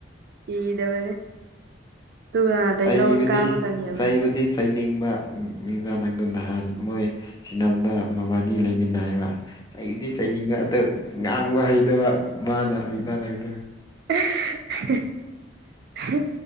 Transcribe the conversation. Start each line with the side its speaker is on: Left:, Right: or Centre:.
Right: ꯀꯤꯗꯕꯅꯦ ꯇꯨ ꯑꯗꯩ
Left: ꯆꯩꯕꯗꯤ
Right: ꯂꯧ ꯀꯥꯕꯒꯥ ꯅꯤꯕꯥ
Left: ꯆꯩꯕꯗꯤ ꯆꯩꯅꯤꯡꯕ ꯃꯤꯅ ꯅꯪꯗꯣ ꯅꯍꯥꯟ ꯃꯣꯏ ꯁꯤꯅꯝꯗ ꯃꯕꯥꯟꯅꯤ ꯂꯩꯃꯤꯟꯅꯩꯕ ꯆꯩꯕꯗꯤ ꯆꯩꯅꯤꯡꯕ ꯑꯗꯣ ꯉꯥꯡꯕ ꯍꯩꯇꯕ ꯃꯥꯅ ꯃꯤ ꯃꯅ <unintelligible>
Right: ꯍꯥ ꯍꯥ ꯍꯥ